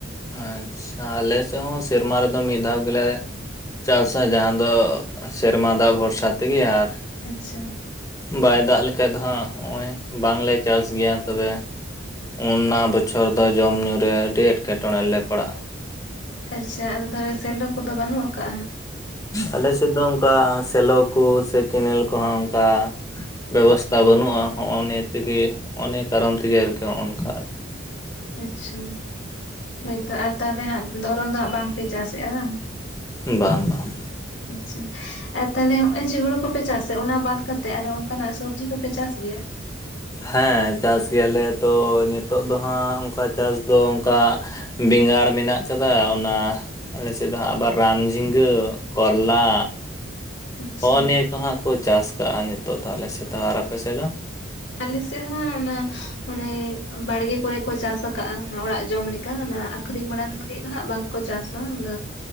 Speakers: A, on the left; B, on the left.
A: ᱟᱪᱪᱷᱟ ᱟᱞᱮ ᱥᱮᱫ ᱦᱚᱸ ᱥᱮᱨᱢᱟ ᱨᱮᱫᱚ ᱢᱤᱫ ᱫᱷᱟᱣ ᱜᱮᱞᱮ ᱪᱟᱥᱟ ᱡᱟᱦᱟᱸ ᱫᱚ ᱥᱮᱨᱢᱟ ᱫᱟᱜ ᱵᱷᱚᱨᱥᱟ ᱛᱮᱜᱮ ᱟᱨ
B: ᱟᱪᱪᱷᱟ᱾
A: ᱵᱟᱭ ᱫᱟᱜ ᱞᱮᱠᱟᱡ ᱫᱚ ᱦᱟᱸᱜ ᱦᱚᱸᱜ-ᱚᱭ ᱵᱟᱝᱞᱮ ᱪᱟᱥ ᱜᱮᱭᱟ ᱛᱚᱵᱮ᱾ ᱚᱱᱱᱟ ᱵᱚᱪᱷᱚᱨ ᱫᱚ ᱡᱚᱢ-ᱧᱩ ᱨᱮ ᱟᱹᱰᱤ ᱮᱴᱠᱮᱴᱚᱬᱮ ᱞᱮ ᱯᱟᱲᱟᱜ-ᱟ᱾
B: ᱟᱪᱪᱷᱟ ᱟᱫᱚ ᱛᱟᱦᱚᱞᱮ ᱥᱮᱞᱚ ᱠᱚᱫᱚ ᱵᱟᱹᱱᱩᱜ ᱟᱠᱟᱜ-ᱟ ᱦᱟᱸᱜ?
A: ᱟᱞᱮ ᱥᱮᱫ ᱫᱚ ᱚᱝᱠᱟ ᱥᱮᱞᱚ ᱠᱩ ᱥᱮ ᱠᱮᱱᱮᱞ ᱠᱚᱦᱚᱸ ᱚᱝᱠᱟ ᱵᱮᱵᱚᱥᱛᱟ ᱵᱟᱹᱱᱩᱜ-ᱟ᱾ ᱦᱚᱸᱜᱼᱚ ᱱᱤᱭᱟᱹ ᱛᱮᱜᱮ ᱦᱚᱸᱜ-ᱚ ᱱᱤᱭᱟᱹ ᱠᱟᱨᱚᱱ ᱛᱮᱜᱮ ᱟᱨᱠᱤ ᱦᱚᱸᱜ-ᱚᱱᱠᱟ ᱟᱨ᱾
B: ᱟᱪᱪᱷᱟ᱾ ᱦᱳᱭᱛᱳ ᱟᱨ ᱛᱟᱦᱚᱞᱮ ᱦᱟᱸᱜ ᱫᱷᱚᱨᱚᱱ ᱫᱚ ᱦᱟᱸᱜ ᱵᱟᱝᱯᱮ ᱪᱟᱥᱮᱜ-ᱟ ᱦᱟᱝ?
A: ᱦᱩᱸ ᱵᱟᱝ ᱵᱟᱝ᱾
B: ᱟᱪᱪᱷᱟ᱾ ᱟᱨ ᱛᱟᱦᱚᱞᱮ ᱦᱚᱸᱜ-ᱚᱭ ᱡᱮ ᱦᱩᱲᱩ ᱠᱚᱯᱮ ᱪᱟᱥᱮᱫ, ᱚᱱᱟ ᱵᱟᱫᱽ ᱠᱟᱛᱮᱜ ᱟᱨᱚ ᱚᱝᱠᱟᱱᱟᱜ ᱥᱚᱵᱽᱡᱤ ᱠᱚᱯᱮ ᱪᱟᱥ ᱜᱮᱭᱟ?
A: ᱦᱮᱸ ᱪᱟᱥ ᱜᱮᱭᱟᱞᱮ ᱛᱚ ᱱᱤᱛᱳᱜ ᱫᱚ ᱦᱟᱸᱜ ᱚᱝᱠᱟ ᱪᱟᱥ ᱫᱚ ᱚᱝᱠᱟ ᱵᱮᱸᱜᱟᱲ ᱢᱮᱱᱟᱜ ᱟᱠᱟᱫᱟ ᱚᱱᱟ ᱟᱞᱮ ᱥᱮᱫ ᱫᱚ ᱦᱟᱸᱜ ᱟᱵᱟᱨ ᱨᱟᱢ ᱡᱷᱤᱸᱜᱟᱹ, ᱠᱚᱨᱞᱟ
B: ᱟᱪᱪᱷᱟ
A: ᱦᱚᱸᱜ-ᱚ ᱱᱤᱭᱟᱹ ᱠᱚ ᱦᱟᱸᱜ ᱠᱚ ᱪᱟᱥ ᱠᱟᱜ-ᱟ ᱱᱤᱛᱚᱜ ᱫᱚ ᱟᱞᱮ ᱥᱮᱫ ᱫᱚ ᱟᱨ ᱟᱯᱮ ᱥᱮᱫ ᱫᱚ?
B: ᱟᱞᱮ ᱥᱮᱫ ᱦᱚᱸ ᱚᱱᱟ ᱚᱱᱮ ᱵᱟᱲᱜᱮ ᱠᱚᱨᱮ ᱠᱚ ᱪᱟᱥ ᱟᱠᱟᱫ-ᱟ, ᱚᱱᱟ ᱚᱲᱟᱜ ᱡᱚᱢ ᱞᱮᱠᱟ ᱚᱱᱟ ᱟᱠ ᱟᱹᱠᱷᱨᱤᱧ ᱵᱟᱲᱟ ᱞᱟᱹᱜᱤᱫ ᱫᱚ ᱦᱟᱸᱜ ᱵᱟᱝᱠᱚ ᱪᱟᱥᱟ᱾ ᱟᱫᱚ